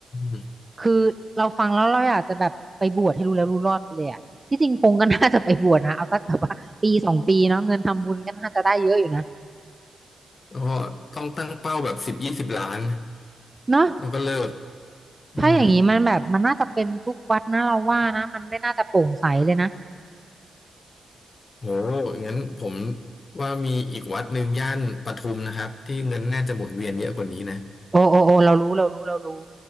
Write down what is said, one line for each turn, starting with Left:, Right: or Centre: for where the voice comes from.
Left: ม
Right: คือเราฟังแล้วเราอยากจะแบบไปบวชให้รู้แล้วรู้รอดไปเลยอ่ะที่จริงพง์ก็น่าจะไปบวชนะเอาสักแบบว่าปีสองปีเนาะเงินทำบุญก็น่าจะได้เยอะอยู่นะ
Left: ก็ต้องตั้งเป้าแบบสิบยี่สิบล้าน
Right: เนาะ
Left: แล้วก็เลิกอืม
Right: ถ้าอย่างนี้มันแบบมันน่าจะเป็นทุกวัดนะเราว่านะมันไม่น่าจะโปร่งใสเลยนะ
Left: โหงั้นผมว่ามีอีกวัดหนึ่งย่านปทุมนะครับที่เงินน่าจะหมุนเวียนเยอะกว่านี้นะ
Right: โอ้โอ้โอ้เรารู้เรารู้เรารู้